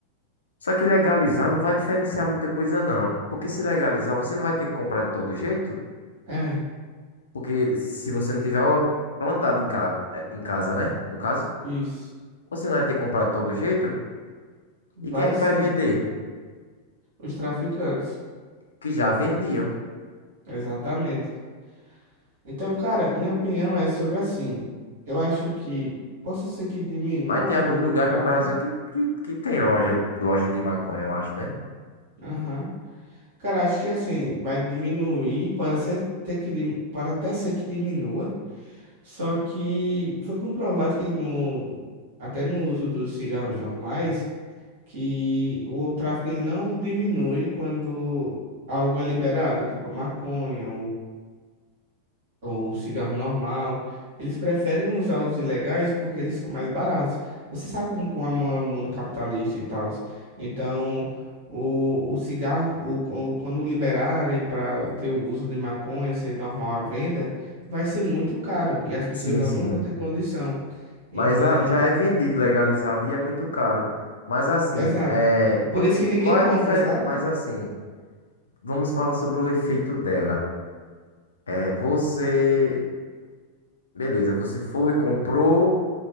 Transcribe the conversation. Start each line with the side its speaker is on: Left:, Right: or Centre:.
Left: Só que legalizar não vai diferenciar muita coisa, não. Porque se legalizar, você não vai ter que comprar de todo jeito.
Right: É,
Left: Porque se você não tiver ó, plantado em, ca... eh, em casa, né? No caso.
Right: isso.
Left: Você não vai ter comprado de todo jeito?
Right: Vai
Left: E quem é que
Right: sim,
Left: vai vender?
Right: os traficantes.
Left: Que já vendiam.
Right: Exatamente. Então, cara, minha opinião é sobre assim. Eu acho que possa ser que diminua
Left: Mas tem
Right: um
Left: alguns
Right: pouco
Left: lugares
Right: o tráfego.
Left: no Brasil que, que, que tem loja, loja de maconha, eu acho, né?
Right: Aham. Cara, acho que assim, vai diminuir, pode ser ter que, dim- pode até ser que diminua. Só que foi comprovado que no, até no uso dos cigarros normais, que o tráfico ele não diminui quando algo é liberado, tipo a maconha, o cigarro normal. Eles preferem usar os ilegais porque eles são mais baratos. Você sabe como que é o mundo capitalista e tal. Então, o, o cigarro, o, o- quando liberarem para ter o uso de maconha, ser normal à venda, vai ser muito caro e as pessoas
Left: Sim,
Right: elas
Left: sim.
Right: não vão ter condição. Então,
Left: Mas a- já é vendido, legalizado e é muito caro. Mas assim,
Right: exato.
Left: é,
Right: E por
Left: vo-
Right: isso que ninguém
Left: qual
Right: compra,
Left: é a diferença?
Right: sabe?
Left: Mas assim, vamos falar sobre o efeito dela. É, você, beleza, você foi, comprou,